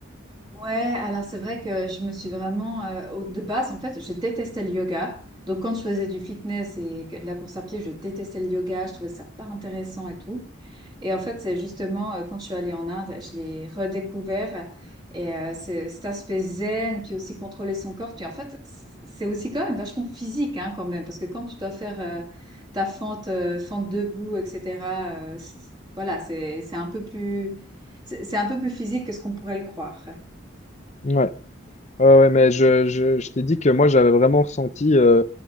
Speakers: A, on the right; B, on the left.
A: Ouais, alors c'est vrai que je me suis vraiment, euh, au- de base, en fait, je détestais le yoga. Donc quand je faisais du fitness et que- de la course à pied, je détestais le yoga, je trouvais ça pas intéressant et tout. Et en fait, c'est justement euh, quand je suis allée en Inde, je l'ai redécouvert. Et euh, c'est- cet aspect zen, puis aussi contrôler son corps. Puis en fait, c- c'est aussi quand même vachement physique, hein, quand même. Parce que quand tu dois faire euh, ta fente, euh, fente debout, etc., euh, c- c- voilà, c'est c'est un peu plus, c'est c'est un peu plus physique que ce qu'on pourrait le croire.
B: Ouais. Ouais, ouais, mais je, je, je t'ai dit que moi j'avais vraiment ressenti, euh,